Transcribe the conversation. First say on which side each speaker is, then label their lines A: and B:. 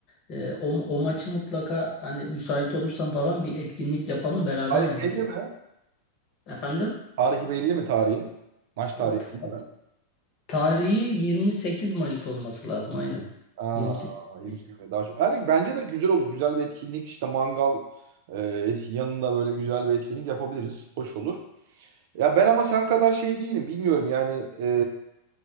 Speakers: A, on the left; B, on the right.
A: E, o, o maçı mutlaka hani müsait olursam falan bir etkinlik yapalım beraber
B: Tarihi
A: izleyelim.
B: belli mi?
A: Efendim?
B: Tarihi belli mi tarihi? Maç tarihi
A: E, Ta-
B: belli mi?
A: tarihi 28 Mayıs olması lazım aynen.
B: Aa,
A: 28 Mayıs.
B: yeni sürme daha çok. Yani bence de güzel olur. Güzel bir etkinlik işte mangal e, et- yanında böyle güzel bir etkinlik yapabiliriz. Hoş olur. Ya ben ama sen kadar şey değilim. Bilmiyorum yani e,